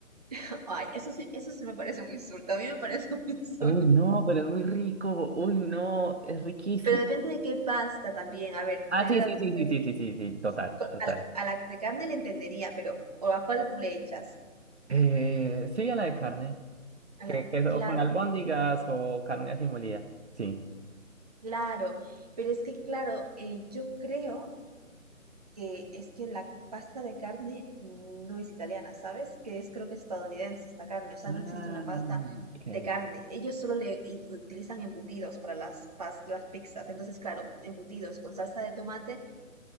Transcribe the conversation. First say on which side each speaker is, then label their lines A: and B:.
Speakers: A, on the right (about 30°); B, on the right (about 50°).
A: <laughs> Ay, eso sí, eso sí me parece un insulto, a mí me parece un <laughs> insulto.
B: Uy, no, pero es muy rico. Uy, no, es riquísimo.
A: Pero depende de qué pasta también, a ver, debe
B: Ah, sí,
A: de
B: sí, sí,
A: ser...
B: sí, sí, sí, sí, sí, total,
A: ujú, co-
B: total.
A: A la, a la de carne le entendería, pero ¿o a cuál tú le echas?
B: Eh, sí, a la de carne,
A: A
B: que,
A: la,
B: que es
A: claro.
B: o con albóndigas o carne así molida. Sí.
A: Claro, pero es que, claro, eh, yo creo que es que la pasta de carne no es italiana, ¿sabes? Que es creo que es estadounidense esta carne, o sea,
B: Ah,
A: no existe una pasta
B: ok.
A: de carne. Ellos solo le i- utilizan embutidos para las, pas- las pizzas, entonces, claro, embutidos con salsa de tomate